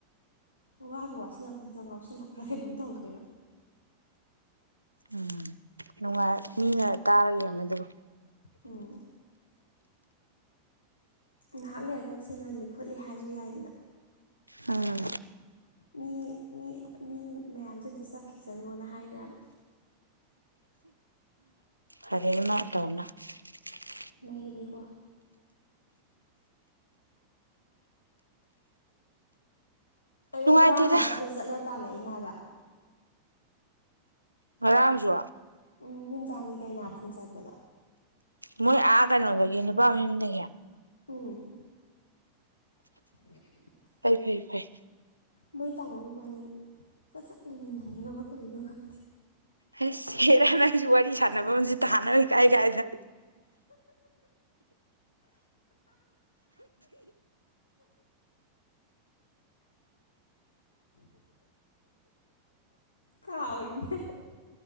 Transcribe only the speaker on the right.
ꯎꯝ ꯅꯨꯡꯉꯥꯏ ꯃꯤꯅ ꯇꯥꯔꯒ ꯌꯥꯅꯗꯕ
ꯎꯝ
ꯍꯩꯍꯩ ꯃꯥ ꯑꯊꫭꯝꯅꯥ <unintelligible>
ꯅꯨꯡꯉꯥꯏꯇꯦꯗ
ꯉꯔꯥꯡꯁꯨ
ꯅꯣꯏ ꯑꯥ ꯀꯩꯅꯣꯗꯒꯦ ꯅꯨꯄꯥꯥꯃꯌꯨꯗꯒꯤ
ꯐ ꯐꯩ ꯐꯩ
ꯍꯦꯁ ꯍꯦꯔꯥ ꯅꯪꯁꯨ ꯋꯥꯔꯤ ꯁꯥꯟꯅꯕꯝꯁꯤꯗ ꯊꯙꯅ ꯍ ꯀꯥꯏ ꯀꯥꯏꯁ